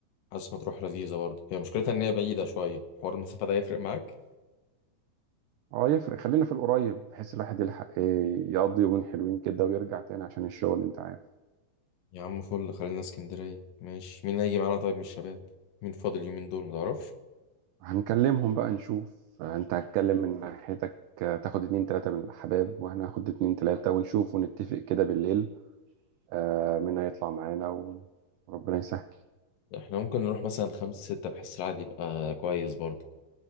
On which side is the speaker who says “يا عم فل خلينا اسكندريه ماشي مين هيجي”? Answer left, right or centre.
Left